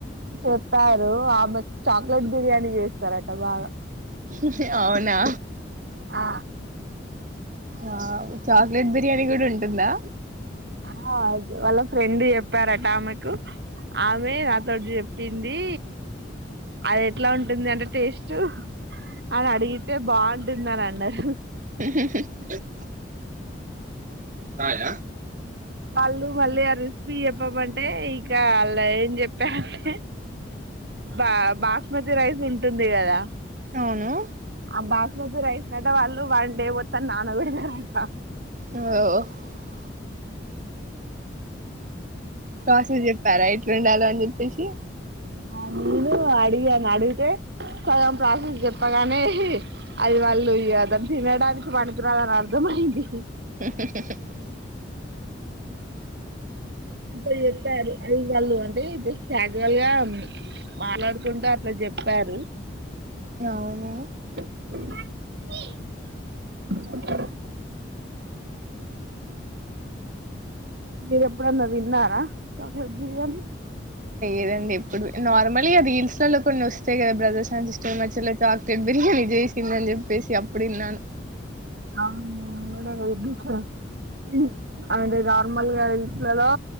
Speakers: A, on the right (about 60°); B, on the right (about 45°).
A: చెప్పారు ఆమె చాక్లెట్ బిర్యానీ చేస్తారట బాగా
B: ఇహి <unintelligible> అవునా
A: ఆ
B: అవ్ చాక్లెట్ బిర్యానీ కూడా ఉంటుందా
A: అమ్మో వాళ్ళ ఫ్రెండ్ చెప్పారాట ఆమెక్ కు ఆమె తోటి చెప్పింది అది ఎట్లా ఉంటుంది అంటే టేస్ట్ అని అడిగితే బాగుంటుందని అన్నార్
B: మ్ హు కాయ
A: వాళ్ళు మళ్ళీ ఆ రెసిపీ చెప్పమంటే ఇంక అలా ఏం చెప్పారంటే బా బాస్మతి రైస్ ఉంటుంది కదా
B: అవును
A: ఆ బాస్మతి రైస్ అట్ట వాళ్ళు వన్ డే మొత్తం నానబెడతారట
B: ఓ కాసం చెప్పార ఇట్ రెండాలొని చెప్పేసి
A: అను అడిగాను అడిగితే సగం ప్రాసెస్ చెప్పగానే ఇ అది వాళ్ళు ఇగ దాన్ని తినడానికి పనికిరాదని అర్థమయింది
B: మ్ మ్
A: అట్లా చెప్పారు అది వాళ్ళు అంటే క్యాజువల్ గా మాట్లాడుకుంట అట్లా చెప్పారు
B: అవును
A: <inaudible> మిరెప్పుడన్న తిన్నారా చాక్లెట్ బిర్యానీ
B: లేదండి ఎప్పుడు నార్మలీ అది రిస్లాలో లో కొన్ని వస్తాయి కదా బ్రదర్స్ అండ్ సిస్టర్ మధ్యలో చాక్లెట్ బిర్యానీ చేసిందని చెప్పేసి అప్పుడు విన్నాను
A: అవును నేను కూడా <unintelligible> అలాంటివి నార్మల్ గా ఇట్లలోో